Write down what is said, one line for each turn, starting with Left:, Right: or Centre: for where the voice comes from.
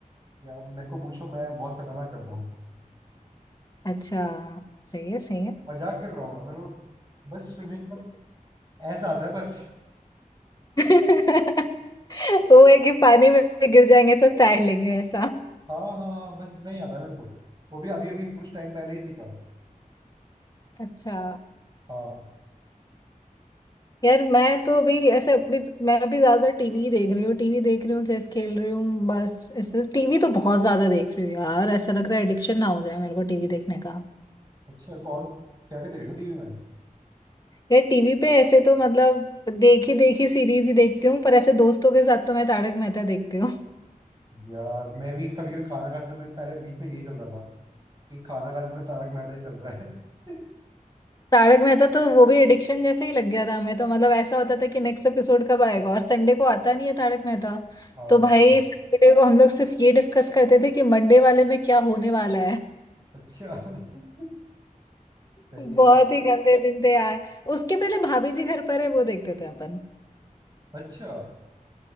Right: यार मेरे को पूछो मैं बहुत खतरनाक करता हूँ
Left: अच्छा सही है सही है
Right: मजाक कर रहा हूँ मैं मेरे को बस स्विमिंग का ऐसा आता है बस
Left: <laughs> वो है कि पानी में गिर जाएंगे तो तैर लेंगे ऐसा
Right: हाँ हाँ हाँ बस इतना ही आता है मेरे को वो भी अभी अभी कुछ टाइम पहले ही सीखा है
Left: अच्छा
Right: हाँ
Left: यार मैं तो अभी ऐसे अभी मैं अभी ज्यादा टीवी देख रही हूँ टीवी देख रही हूँ चेस खेल रही हूँ बस ऐसे टीवी तो बहुत ज्यादा देख रही हूँ यार ऐसा लग रहा है एडिक्शन ना हो जाए मेरे को टीवी देखने का
Right: अच्छा कौन क्या क्या देख रहे हो टीवी में
Left: यार टीवी पे ऐसे तो मतलब देखी देखी सीरीज ही देखती हूँ पर ऐसे दोस्तों के साथ तो मैं तारक मेहता देखती हूँ
Right: यार मैं भी कभी कभी खाना खाते समय पहले बीच में यही चल रहा था कि खाना खाते समय तारक मेहता ही चल रहा है <laughs>
Left: <laughs> तारक मेहता तो वो भी एडिक्शन जैसे ही लग गया था हमें तो मतलब ऐसा होता था कि नेक्स्ट एपिसोड कब आएगा और संडे को आता नहीं है तारक मेहता
Right: हाँ
Left: तो
Right: हाँ
Left: भाई
Right: हाँ
Left: सैटरडे को हम लोग सिर्फ ये डिस्कस करते थे कि मंडे वाले में क्या होने वाला
Right: अच्छा <laughs> सही
Left: बहुत
Right: है यार
Left: ही गंदे दिन थे यार उसके पहले भाभी जी घर पर है वो देखते थे अपन
Right: अच्छा